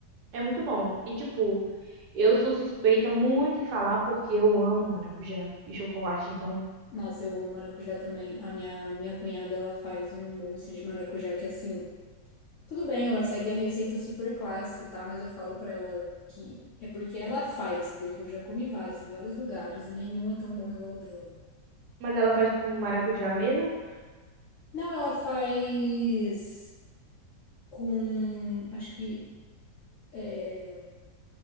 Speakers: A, on the right (about 70°); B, on the left (about 70°).
A: É muito bom. E, tipo, eu sou suspeita muito em falar porque eu amo maracujá e chocolate, então.
B: Nossa, eu amo maracujá também. A minha, minha cunhada, ela faz um mousse de maracujá que, assim, Tudo bem, ela segue a receita super clássica e tal, mas eu falo pra ela que é porque ela faz, porque eu já comi vários em vários lugares e nenhum é tão bom igual o dela.
A: Mas ela faz com maracujá mesmo?
B: Não, ela faz com, acho que é,